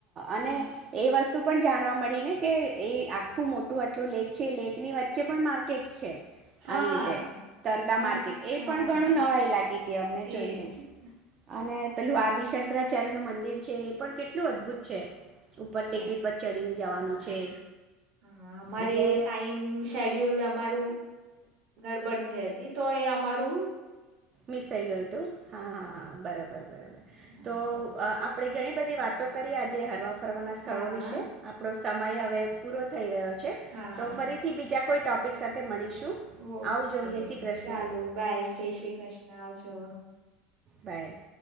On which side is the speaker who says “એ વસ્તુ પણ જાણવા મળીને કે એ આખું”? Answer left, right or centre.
Right